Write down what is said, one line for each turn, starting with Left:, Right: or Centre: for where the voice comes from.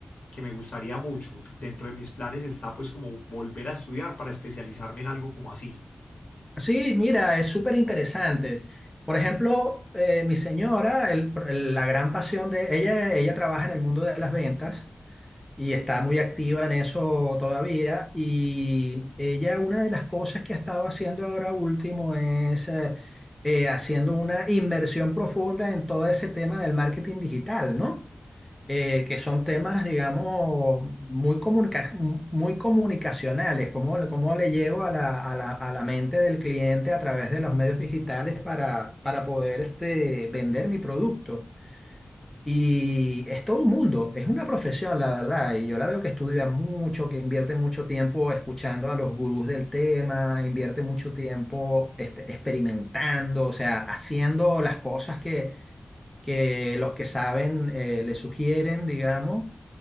Left: que me gustaría mucho. Dentro de mis planes está pues como volver a estudiar para especializarme en algo como así.
Centre: Sí, mira, es súper interesante. Por ejemplo, eh, mi señora, el- el- la gran pasión de ella, ella trabaja en el mundo de las ventas. y está muy activa en eso todavía. Y ella, una de las cosas que ha estado haciendo ahora último es eh, eh, haciendo una inmersión profunda en todo ese tema del marketing digital, ¿no? Eh, que son temas, digamos, muy comunica- muy comunicacionales, cómo, le cómo le llego a la, a la, a la mente del cliente a través de los medios digitales para, para poder este, vender mi producto. Y es todo un mundo, es una profesión, la verdad. Y yo la veo que estudia mucho, que invierte mucho tiempo escuchando a los gurús del tema, invierte mucho tiempo este, experimentando, o sea, haciendo las cosas que, que los que saben eh, le sugieren, digamos.